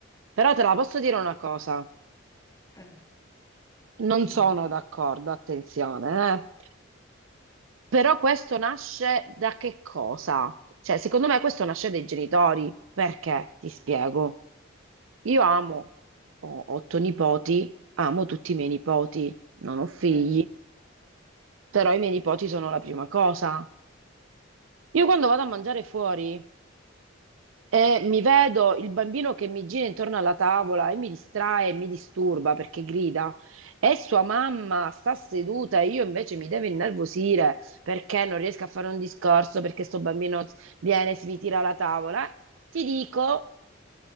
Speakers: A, on the right (about 80°); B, on the left (about 20°).
A: Però te la posso dire una cosa.
B: Eh,
A: Non
B: dimmi.
A: sono
B: dimmi.
A: d'accordo, attenzione, eh. Però questo nasce da che cosa? Cioè, secondo me questo nasce dai genitori. Perché? Ti spiego. Io amo, ho otto nipoti, amo tutti i miei nipoti, non ho figli,
B: Eh,
A: però i miei nipoti sono la prima cosa. Io quando vado a mangiare fuori E mi vedo il bambino che mi gira intorno alla tavola e mi distrae e mi disturba perché grida. E sua mamma sta seduta e io invece mi devo innervosire perché non riesco a fare un discorso, perché sto bambino viene e si mi tira alla tavola. Ti dico